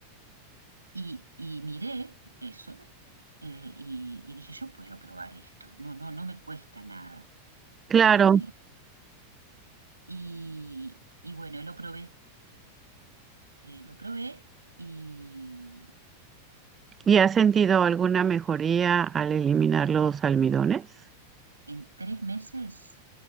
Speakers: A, on the right; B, on the right.
A: Y, y miré eso eh, y, y dije, yo puedo probar esto. No, no, no me cuesta nada.
B: Claro,
A: Eh, y, y bueno, lo probé. eh, lo probé y,
B: ¿y has sentido alguna mejoría al eliminar los almidones?
A: en tres meses,